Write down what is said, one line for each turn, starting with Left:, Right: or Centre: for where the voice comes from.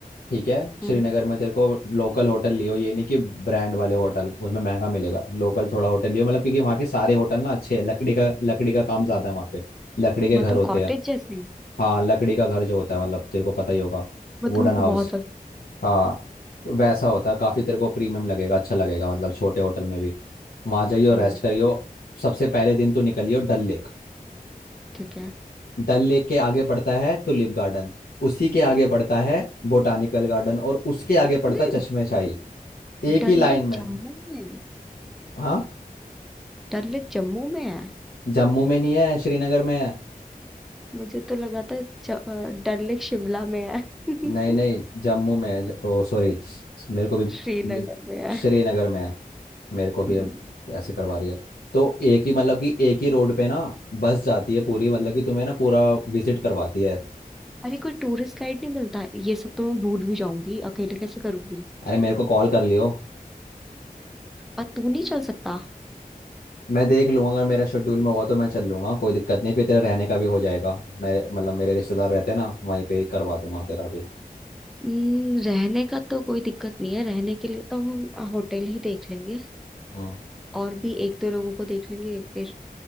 Left: ठीक है श्रीनगर
Centre: हम्म
Left: में तेरे को लोकल होटल लियो ये नहीं कि ब्रांड वाले होटल उसमें महंगा मिलेगा लोकल थोड़ा होटल लियो मतलब क्योंकि वहाँ के सारे होटल ना अच्छे हैं लकड़ी का लकड़ी का काम ज़्यादा है वहाँ पे लकड़ी के
Centre: मतलब
Left: घर होते
Centre: कॉटेज
Left: हैं
Centre: जैसे
Left: हाँ लकड़ी का घर जो होता है मतलब तेरे को पता ही होगा
Centre: मतलब
Left: वुडन
Centre: मेरे
Left: हाउस
Centre: को बहुत पसंद
Left: हाँ तो वैसा होता है काफ़ी तेरे को प्रीमियम लगेगा अच्छा लगेगा मतलब छोटे होटल में भी वहाँ जाइयो
Centre: हम्म
Left: रेस्ट करियो सबसे पहले दिन तो निकलियो डल लेक
Centre: ठीक है
Left: डल लेक के आगे पड़ता है टुलिप गार्डन उसी के आगे पड़ता है बोटानिकल गार्डन और उसके आगे पड़ता
Centre: नहीं
Left: है चश्मे शाही एक
Centre: डल
Left: ही लाइन
Centre: लेक
Left: में
Centre: जम्मू में
Left: हाँ
Centre: डल लेक जम्मू में है
Left: जम्मू में नहीं है श्रीनगर में है
Centre: मुझे तो लगा था च- अ, डल लेक शिमला में है <laughs>
Left: नहीं नहीं जम्मू में है ज- ओ सॉरी मेरे को भी
Centre: श्रीनगर
Left: मे-
Centre: में है
Left: श्रीनगर में है मेरे को भी
Centre: हम्म।
Left: अब ऐसे करवा रही है तो एक ही मतलब कि एक ही रोड पे ना बस जाती है पूरी मतलब कि तुम्हें ना पूरा विजिट करवाती है
Centre: अरे कोई टूरिस्ट गाइड नहीं मिलता है ये सब तो मैं भूल भी जाऊंगी अकेले कैसे करूंगी
Left: अरे मेरे को कॉल कर लियो
Centre: और तू नहीं चल सकता
Left: मैं देख लूंगा अगर मेरा शेड्यूल में हुआ तो मैं चल लूंगा कोई दिक्कत नहीं फिर तेरा रहने का भी हो जाएगा मेरे मतलब मेरे रिश्तेदार रहते हैं ना वहीं पे ही करवा दूंगा तेरा भी
Centre: हम्म, रहने का तो कोई दिक्कत नहीं है रहने के लिए तो हम होटल ही देख लेंगे
Left: हाँ
Centre: और भी एक दो लोगों को देख लेंगे फिर